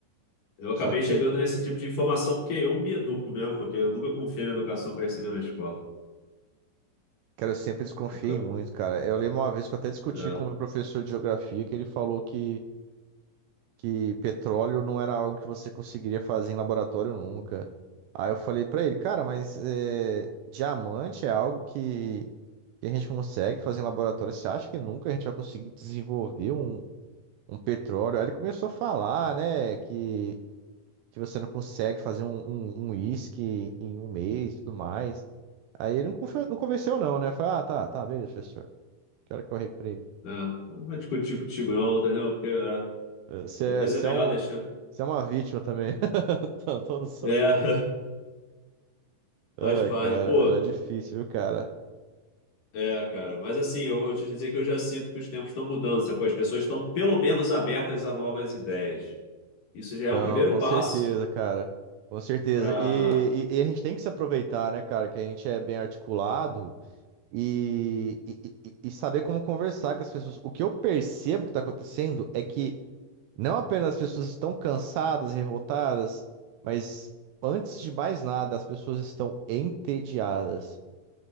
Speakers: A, on the left (about 55°); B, on the right (about 80°).
A: Eu
B: Só
A: acabei
B: que,
A: chegando nesse tipo de informação porque eu me educo mesmo, porque eu nunca confiei na educação que eu recebi na escola.
B: cara, eu sempre desconfiei
A: Nunca.
B: muito, cara. Eu lembro uma vez que eu até discuti
A: É.
B: com o meu professor de geografia que ele falou que que petróleo não era algo que você conseguiria fazer em laboratório nunca. Aí eu falei pra ele, cara, mas é, diamante é algo que, que a gente consegue fazer em laboratório. Você acha que nunca a gente vai conseguir desenvolver um, um petróleo? Aí ele começou a falar, né, que, que você não consegue fazer um, um, um uísque em um mês e tudo mais. Aí ele não, confe- não convenceu não, né? Eu falei, ah, tá, tá, beleza, professor. Que hora que eu recreio?
A: É, não vou discutir contigo não, entendeu? Porque é,
B: Eh, Você é,
A: às vezes
B: você
A: é melhor
B: é um,
A: deixar.
B: você é uma vítima também. <laughs> Tô, tô no sono.
A: É, <laughs> faz
B: Ai,
A: parte.
B: cara,
A: Pô,
B: era difícil, viu, cara?
A: é, cara. Mas assim, eu vou te dizer que eu já sinto que os tempos estão mudando, sacou? As pessoas estão pelo menos abertas a novas ideias. Isso já
B: Então,
A: é um primeiro
B: com
A: passo
B: certeza, cara. Com certeza.
A: para
B: E, e- e a gente tem que se aproveitar, né, cara, que a gente é bem articulado e, e, e- e saber como conversar com as pessoas. O que eu percebo que está acontecendo é que não apenas as pessoas estão cansadas, revoltadas, mas antes de mais nada, as pessoas estão entediadas.